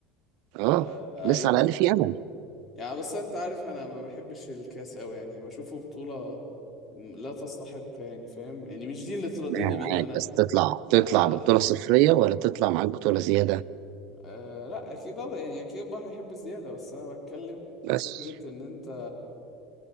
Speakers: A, on the right; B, on the left.
A: اه
B: آه
A: لسه
B: ايوه
A: على الأقل في أمل
B: يعني بس انت عارف انا ما بحبش الكاس قوي يعني بشوفه بطوله لا تستحق يعني فاهم يعني مش دي اللي ترضيني
A: معاك
B: بيها انا
A: بس تطلع تطلع
B: انا
A: ببطولة صفرية ولا تطلع معاك بطولة زيادة
B: أه لا اكيد اه يعني اكيد البحر يحب الزياده بس انا بتكلم
A: بس
B: فكره ان انت